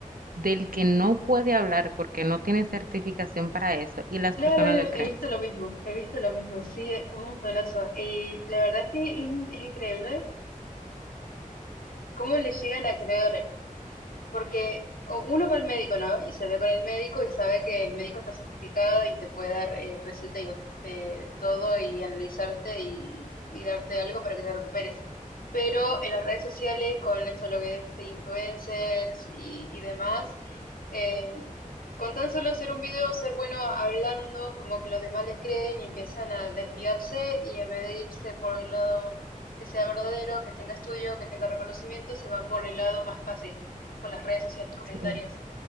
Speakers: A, on the right; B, on the left.
A: del que no puede hablar porque no tiene certificación para eso y las
B: claro,
A: personas
B: he,
A: le creen.
B: he visto lo mismo, he visto lo mismo, sí, un montonazo. Y la verdad es que es, in- es increíble. ¿Cómo le llegan a creer? porque o- uno va al médico, ¿no? Y se ve con el médico y sabe que el médico está certificado y te puede dar eh, receta y ot- de todo y analizarte y, y darte algo para que te recuperes. Pero en las redes sociales, con esto lo que es de influencers y, y demás, eh, con tan solo hacer un video, ser bueno hablando, como que los demás le creen y empiezan a desviarse y en vez de irse por el lado que sea verdadero, que tenga estudio, que tenga reconocimiento, se van por el lado más fácil con las redes sociales, comentarios.
A: Sí,